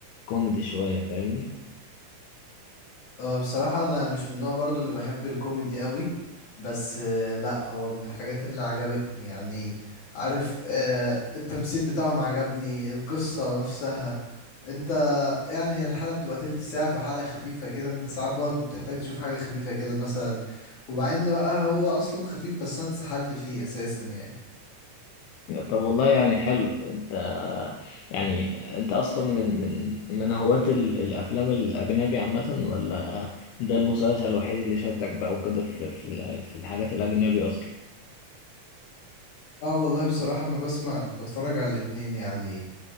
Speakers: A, on the left; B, on the left.
A: كوميدي شوية فاهمني
B: اه بصراحة انا مش من النوع برضو اللي بحب الكوميدي قوي بس آه، لا هو من الحاجات اللي عجبتني يعني عارف آه، التمثيل بتاعهم عجبني القصة نفسها انت يعني هي الحلقة بتبقى تلت ساعة فحلقة خفيفة كده انت ساعات برضو بتحتاج تشوف حاجة خفيفة كده مثلا وبعدين بقى هو اصلا خفيف بس انا اتسحلت فيه اساسا يعني
A: طب والله يعني حلو انت يعني انت اصلا من من من هواة ال- الافلام الاجنبي عامة ولا ده المسلسل الوحيد اللي شدك بقى وكده في في ال- في الحاجات الاجنبي اصلا
B: اه والله بصراحة انا بسمع بتفرج على الاتنين يعني